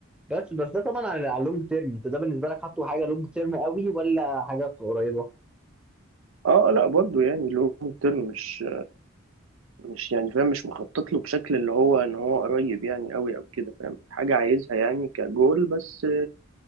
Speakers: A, in the centre; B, on the right.
A: بس بس ده طبعا على على لونج تيرم انت ده بالنسبه لك حاطه حاجه لونج تيرم قوي ولا حاجه قريبه
B: اه لا برضو يعني لونج تيرم مش مش يعني فاهم مش مخطط له بشكل اللي هو ان هو قريب يعني قوي او كده فاهم حاجه عايزها يعني كجول بس